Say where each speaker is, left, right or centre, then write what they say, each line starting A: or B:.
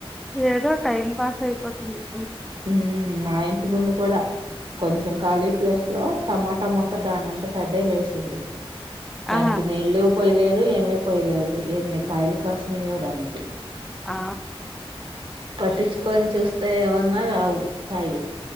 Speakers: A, in the centre; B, on the right.
A: ఏదో టైమ్ పాస్ అయిపోతు <inaudible>
B: ఉమ్ మా ఇంటి ముందు కూడా కొంచెం కాళీ ప్లేస్ లో టమాటా మొక్క దానంతట అదే లేసింది దానికి
A: ఆ
B: నీళ్ళ పోయిలే దు ఏమీ పోయలేరదు ఎన్ని కాయలు కాసినయో దాన్ని
A: ఆ
B: పట్టిచు కొని చూస్తే ఎవర్ రావు కాయిలు